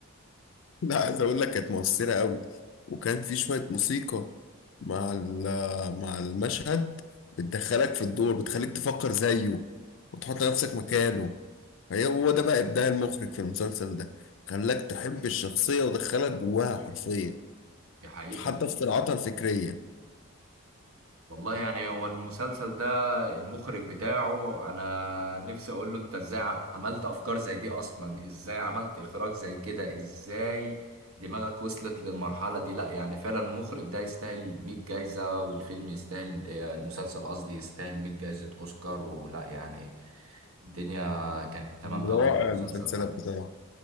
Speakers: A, on the left (about 60°); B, on the right (about 80°).
A: <laughs> لا عايز اقول لك كانت مؤثرة قوي وكان في شوية موسيقى مع ال- مع المشهد بتدخلك في الدور بتخليك تفكر زيه وتحط نفسك مكانه هي هو ده بقى ابداع المخرج في المسلسل ده خلاك تحب الشخصية ودخلك جواها حرفيا
B: دي حقيقه
A: حتى في صراعاتها الفكرية
B: والله يعني هو المسلسل ده المخرج بتاعه انا نفسي اقول له انت ازاي ع- عملت افكار زي دي اصلا ازاي عملت اخراج زي كده ازاي دماغك وصلت للمرحلة دي لا يعني فعلا المخرج ده يستاهل 100 جايزة والفيلم يستاهل آه، المسلسل قصدي يستاهل 100 جايزة اوسكار ولا يعني الدنيا كانت تمام
A: من
B: قوي
A: روائع
B: في المسلسل
A: المسلسلات
B: ده
A: بصراحة